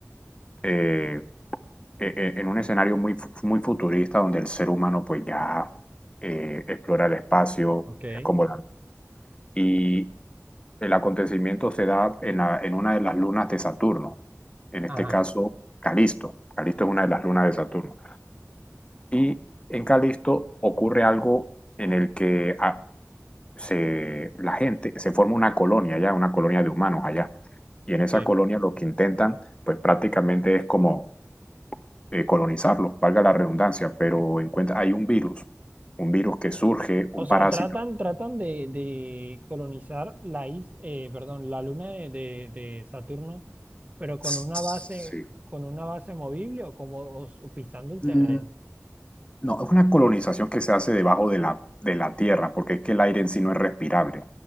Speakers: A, on the left (about 20°); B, on the right (about 30°).
A: eh, e- e- en un escenario muy, fu- muy futurista donde el ser humano pues ya eh, explora el espacio,
B: Ok.
A: es como la- Y el acontecimiento se da en, la- en una de las lunas de Saturno, en este
B: Ajá,
A: caso Calisto. Calisto es una de las lunas de Saturno. Y en Calisto ocurre algo en el que a- se, la gente, se forma una colonia allá, una colonia de humanos allá. Y en esa
B: sí.
A: colonia lo que intentan, pues prácticamente es como eh, colonizarlos, valga la redundancia, pero encuentra hay un virus, un virus que surge,
B: O
A: un
B: sea,
A: parásito.
B: tratan, tratan de, de colonizar la is- eh, perdón, la luna de, de- de Saturno, pero con
A: Sí.
B: una base, con una base movible o como o s- pisando el terreno.
A: Mm, No, es una colonización que se hace debajo de la, de la tierra, porque es que el aire en sí no es respirable,